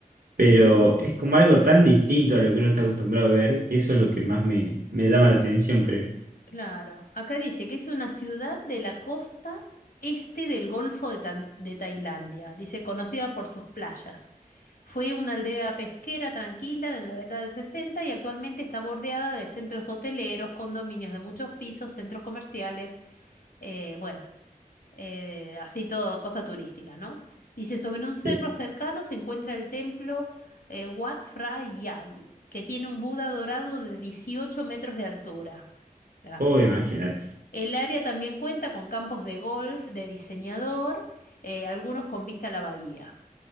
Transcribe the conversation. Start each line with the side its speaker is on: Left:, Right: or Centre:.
Right: pero
Left: Ujú.
Right: es como algo tan distinto a lo que uno está acostumbrado a ver, que eso es lo que más me, me llama la atención, creo.
Left: Claro, acá dice que es una ciudad de la costa este del Golfo de, Tan- de Tailandia, dice conocida por sus playas. Fue una aldea pesquera tranquila en la década del 60 y actualmente está bordeada de centros hoteleros, condominios de muchos pisos, centros comerciales, eh, bueno, eh, así todo, cosa turística, ¿no? Dice, sobre un cerro
Right: Sí.
Left: cercano se encuentra el templo eh, Wat Phra Yai, que tiene un Buda dorado de 18 metros de altura. Grande,
Right: Oh,
Left: bueno.
Right: imagínate.
Left: El área también cuenta con campos de golf de diseñador, eh, algunos con vista a la bahía.